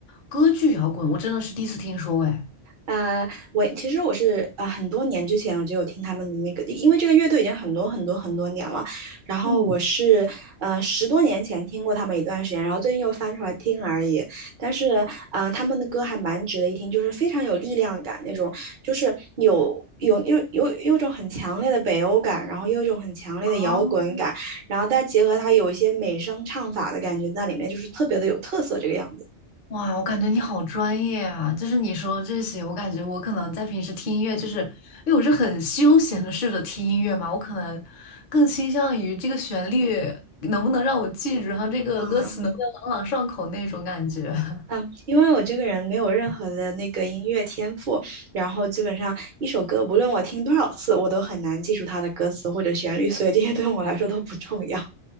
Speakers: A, on the left (about 50°); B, on the right (about 50°).
A: 歌剧摇滚，我真的是第一次听说诶。
B: 呃，我其实我是呃很多年之前我就有听他们的那个，因为这个乐队已经很多很多很多年了，然后我是呃十多年前听过他们一段时间，
A: 嗯，
B: 然后最近又翻出来听而已。但是呃他们的歌还蛮值得一听，就是非常有力量感那种，就是有有有有有一种很强烈的北欧感，然后又有一种很强烈的摇滚感，
A: 哦，
B: 然后再结合它有一些美声唱法的感觉在里面，就是特别的有特色这个样子
A: 哇，我感觉你好专业啊！就是你说这些，我感觉我可能在平时听音乐，就是因为我是很休闲的试着听音乐嘛，我可能更倾向于这个旋律能不能让我记住，然后这个歌词能不能朗朗上口那种感觉。
B: 啊。
A: <laughs>
B: 嗯，因为我这个人没有任何的那个音乐天赋，然后基本上一首歌，无论我听多少次，我都很难记住它的歌词或者旋律，所以这些对我来说都不重要